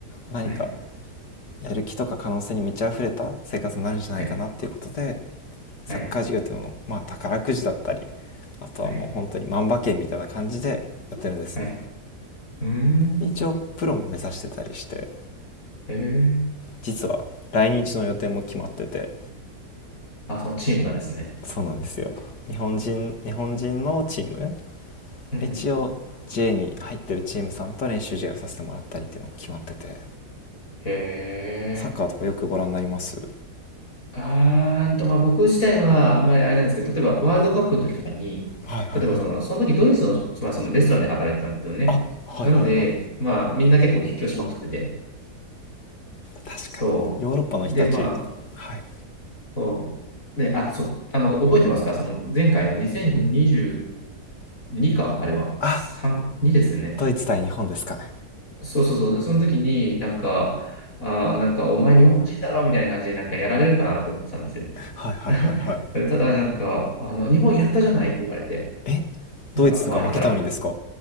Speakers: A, on the left (about 85°); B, on the left (about 55°).
A: 何か
B: はい、
A: やる気とか可能性に満ち溢れた生活になるんじゃないかなっていうことで
B: はい、
A: サッカー事業っていうのを、
B: はい、
A: まあ、宝くじだったりあとはもう本当に万馬券みたいな感じでやってるんですね
B: はい、はい。うーん。
A: 一応プロも目指してたりして
B: へえ。
A: 実は来日の予定も決まってて
B: あ、そのチームがですね。
A: そうなんですよ日本人日本人のチーム
B: うん。
A: 一応 J に入ってるチームさんと練習試合をさせてもらったりっていうのが決まってて
B: へ
A: サッカーとかよくご覧になります
B: え。あーんと、まあ、僕自体はあんまりあれなんですけど、例えばワールドカップの時とかに、
A: はいはいはい
B: 例えばその、その時ドイツの、まあ、そのレストランで働いてたんですよね。
A: あはいはいはい
B: なので、まあみんな結構熱狂しまくってて、
A: 確かにヨーロッパの人たちはい
B: そう。で、まあ、そう。で、あ、そう、あの、覚えてますかその前回の2022か、あれは。3、
A: あ
B: 2ですよね。
A: ドイツ対日本ですかね
B: そうそうそう。でその時になんか、あー、なんかお前日本人だろみたいな感じでなんかやられるかなって思ってたんですよ。
A: はいはいはいはい
B: <laughs> ただなんか、あの、日本やったじゃないって言われて、
A: え
B: なんか周りから。
A: ドイツが負けたのにですかへ